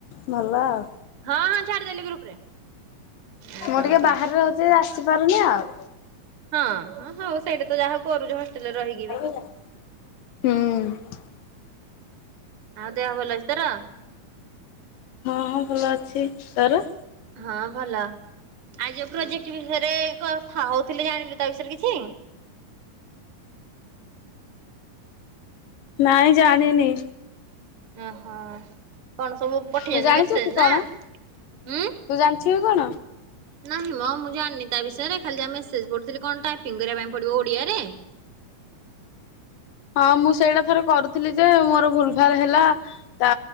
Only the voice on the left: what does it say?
ଭଲ ଆଉ।
ମୁଁ
ଟିକେ
ବାହାରେ ରହୁଚି ଆସିପାରୁନି ଆଉ।
ହୁଁ।
ହଁ ଭଲ ଅଛି ତର?
ନାଇଁ ଜାଣିନି।
ତୁ ଜାଣିଛୁ
କି କଣ
ତୁ ଜାଣିଛୁ କି କଣ?
ହଁ ମୁଁ ସେଇଟା ଥରେ କରୁଥିଲିଯେ ମୋର ଭୁଲ୍ ଭଲ୍ ହେଲା ତା